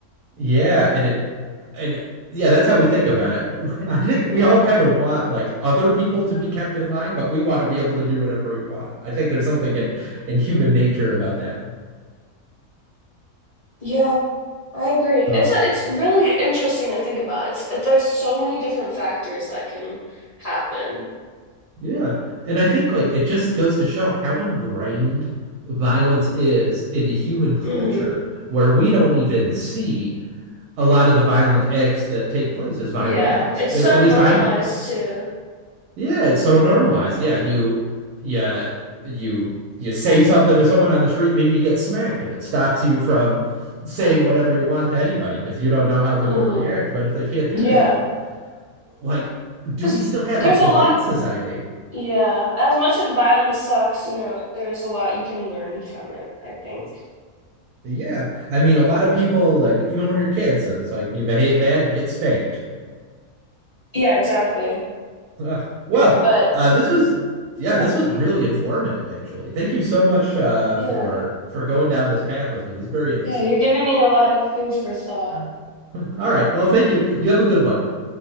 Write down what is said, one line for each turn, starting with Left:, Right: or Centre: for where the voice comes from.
Right: yeah, and it, and yeah, that's how we think about it. <laughs> I think we all kind of want like other people to be kept in line, but we want to be able to do whatever we want. I think there's something in in human nature about that.
Left: Yeah, I agree.
Right: Uh,
Left: It's a, it's really interesting to think about. It's there's so many different factors that can happen.
Right: Yeah. And I think like it just goes to show how ingrained violence is into human culture,
Left: hmm
Right: where we don't even see a lot of the violent acts that take place as violent
Left: Yeah,
Right: acts.
Left: it's
Right: At
Left: so
Right: at least
Left: normalized
Right: I,
Left: too.
Right: yeah, it's so normalized. Yeah, you, yeah, you, you say something to someone on the street, maybe you get smacked, and it stops you from saying whatever you want to anybody because you don't know how they're
Left: hmm
Right: going to react. But if they can't do
Left: Yeah,
Right: that, like, do
Left: because
Right: we still have
Left: there's
Right: a polite
Left: a lot.
Right: society?
Left: Yeah, as much as violence sucks, you know, there's a lot you can learn from it, I think.
Right: Yeah, I mean, a lot of people like even when you're kids, it's like you behave bad, you get spanked.
Left: Yeah, exactly.
Right: Uh, well,
Left: But
Right: uh, this was yeah,
Left: yeah,
Right: this was really informative, actually. Thank you so much uh,
Left: yeah.
Right: for for going down this path with me. This is very interesting.
Left: Yeah, you're giving me a lot of food for thought.
Right: <laughs> All right, well, thank you. You have a good one.